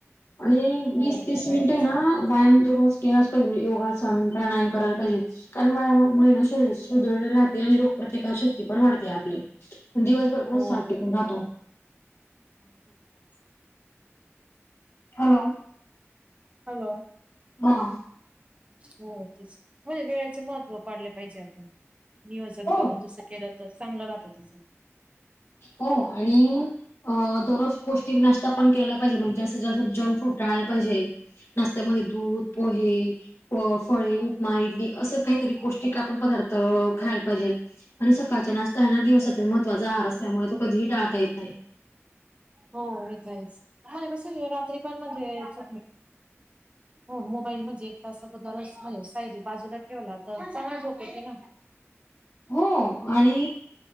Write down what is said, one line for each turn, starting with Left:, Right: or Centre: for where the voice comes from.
Left: आणि वीस
Right: हो
Left: तीस
Right: येत
Left: मिनिट
Right: आहेच
Left: ना व्यायाम दर रोज केलाच पाहिजे योगासन, प्राणायाम करायला पाईजे कारण वायामामुळे न शरीर सुदृढ राहते आणि रोग प्रतिकार श ती पन वाडते आपली, दिवसभर पन
Right: हो.
Left: साठ टिकून राहतो.
Right: <inaudible>
Left: हॅलो.
Right: हॅलो.
Left: हा.
Right: हो तेच मजे वेळेचे महत्त्व पाडले पाईजे आपन. नियोजन
Left: हो
Right: करून जसं केलं त चांगलं रातं तसं.
Left: हो, आणि अ दररोज पौष्टिक नाश्ता पन केला पाईजे, मजे जास्तीत जास्त जंक फूड टाळला पाईजे नास्त्यामध्ये दूध पोहे पफ फळे, उपमा, इडली असं कैतरी पौष्टिक आपन पदार्थ खायाला पाईजेल. आनी सकाळच्या नास्ता हे ना दिवसातील महत्वाचा आहार असल्यामुळे तो कधीही टाळता येत नाई.
Right: हो हे तर आहेच, मजे कसं रात्री पण मनजे यच हो मोबाईल मजे एकतास आगोदर स दरज मजे सायरी बाजूला ठेवला तर चांगली झोप येते ना.
Left: हो, आनी